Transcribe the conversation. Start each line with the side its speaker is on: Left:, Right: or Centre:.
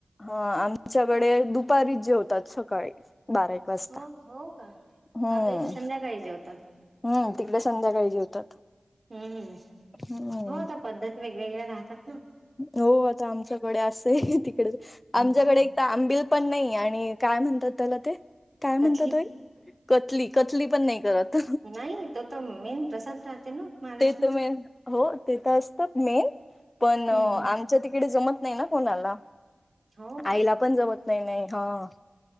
Left: अ आमच्याकडे दुपारी जेवतात सकाळी, बारा एक वाजता
Right: हो हो का
Left: हम्म
Right: आपल्या इथे संध्याकाळी जेवतात...
Left: हम्म तिकडे संध्याकाळी जेवतात...
Right: हम्म
Left: हम्म
Right: हो आता पद्धत वेगवेगळ्या राहतात. ना
Left: हो आता आमच्याकडे अस, हे तिकड
Right: हम्म
Left: आमच्याकडे एक तर आंबिल... पण नाही आणि काय म्हणतात त्याला, ते काय म्हणतात
Right: कथली
Left: अय कतली कतली पण नाही करत.
Right: नाही तो तर मेन प्रसाद राहते ना महालक्ष्मीचा
Left: ते तर म, हो ते त असत मेन,
Right: <inaudible>
Left: पण आ
Right: हम्म
Left: आमच्या तिकडे जमत नाही. ना कोणाला
Right: हो
Left: आईला
Right: का
Left: पण जमत, नाही नाही हा.